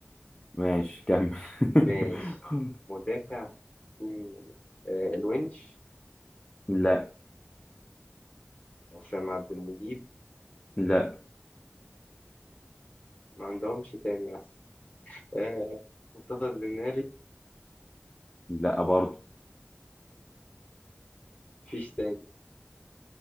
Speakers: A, on the left; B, on the left.
A: ماشي كمل <laughs>
B: ماشي مدافع مين- آه الونش
A: لا
B: وسام عبد المجيد
A: لا
B: ما عندهمش تاني أصلا آه مصطفى الزناري
A: لا برضه
B: مفيش تاني